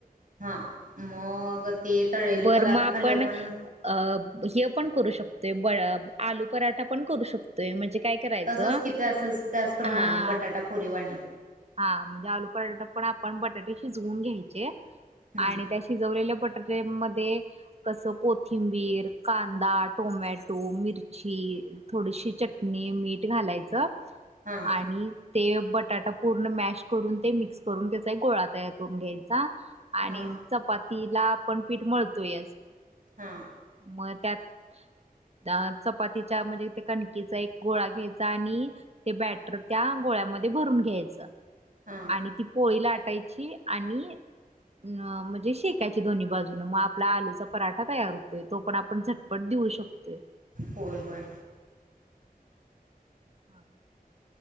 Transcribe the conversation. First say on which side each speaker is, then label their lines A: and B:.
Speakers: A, on the right; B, on the right.
A: हा मग ते तळलेले
B: बरं
A: पदार्थ
B: मं आपण
A: खाल्ले पण
B: अ हे पण करू शकतोय ब आलू पराठा पण करू शकतोय म्हणजे काय करायचं
A: तसच की ती असचं त्याचप्रमाणे
B: हा
A: बटाटा पुरी वानी
B: हा म्हणजे आलू बटाटा पण आपण बटाटे शिजवून घ्यायचे.
A: हम्म
B: आणि त्या शिजवलेल्या पट मध्ये कस कोथिंबीर, कांदा, टोमॅटो, मिरची थोडीशी चटणी, मीठ घालायचं
A: हां
B: आणि ते बटाटा पूर्ण मॅश करून ते मिक्स करून त्याचा एक गोळा तयार करून घ्यायचा. आणि
A: हां
B: चपातीला आपण पीठ मळतो याचं
A: हां
B: म त्यात अ चपातीच्या म्हणजे ते कणकीचा एक गोळा घ्यायचा आणि ते बॅटर त्या गोळ्याम मध्ये भरून घ्यायच
A: हां
B: आणि ती पोळी लाटायची आणि अ म्हणजे शेकायची दोन्ही बाजून मग आपला आलूचा पराठा तयार होतोय तो पण आप पण झटपट देऊ शकतोय.
A: होय होय
B: हा